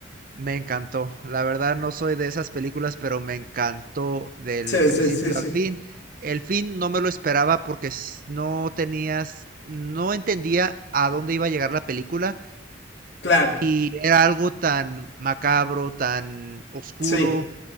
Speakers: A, on the right; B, on the left.
A: Me encantó. La verdad no soy de esas películas, pero me encantó del
B: Sí,
A: principio
B: sí, sí, sí.
A: al fin. El fin no me lo esperaba porque s- no tenías, no entendía a dónde iba a llegar la película
B: Claro,
A: y era algo tan macabro, tan oscuro
B: sí,